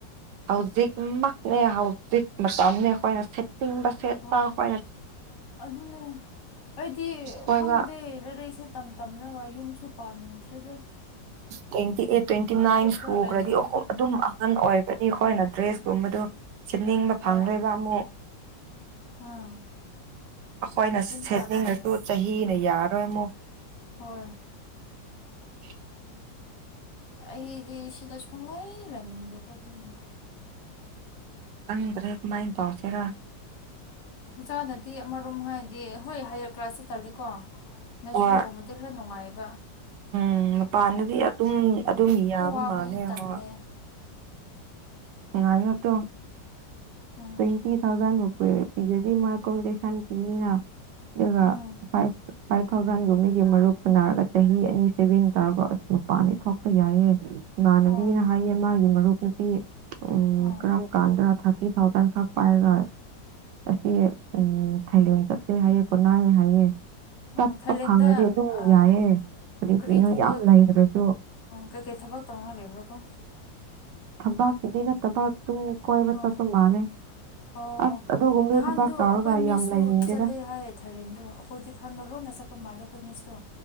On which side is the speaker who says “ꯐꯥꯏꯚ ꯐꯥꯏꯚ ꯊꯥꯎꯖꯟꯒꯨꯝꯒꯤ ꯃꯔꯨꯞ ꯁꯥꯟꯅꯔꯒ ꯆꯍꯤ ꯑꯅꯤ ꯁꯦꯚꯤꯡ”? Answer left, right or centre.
Right